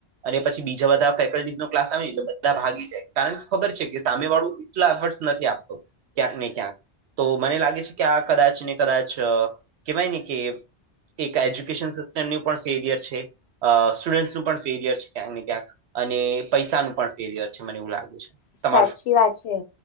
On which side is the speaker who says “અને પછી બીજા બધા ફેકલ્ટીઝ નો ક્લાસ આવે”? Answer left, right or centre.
Right